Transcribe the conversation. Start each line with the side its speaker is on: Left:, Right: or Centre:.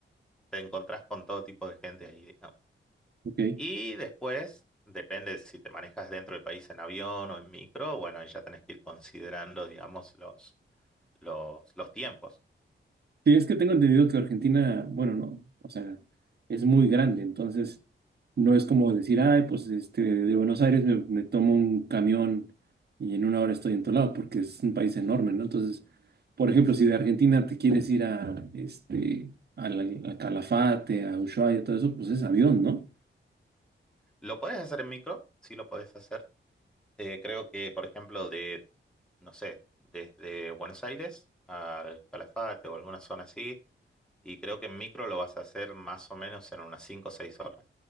Centre: te encontrás con todo tipo de gente ahí, digamos.
Right: ok.
Centre: Y después, depende de si te manejas dentro del país en avión o en micro, bueno, ahí ya tenés que ir considerando, digamos, los, los, los tiempos.
Right: Sí, es que tengo entendido que Argentina, bueno, no, o sea, es muy grande, entonces no es como decir, ay, pues este, de Buenos Aires me, me tomo un camión y en una hora estoy en todo lado, porque es un país enorme, ¿no? Entonces, por ejemplo, si de Argentina te quieres ir a, este, a, la- a Calafate, a Ushuaia, todo eso, pues es avión, ¿no?
Centre: Lo podés hacer en micro, sí lo podés hacer Eh, creo que, por ejemplo, de, no sé, desde Buenos Aires al Calafate o alguna zona así, y creo que en micro lo vas a hacer más o menos en unas 5 o 6 horas,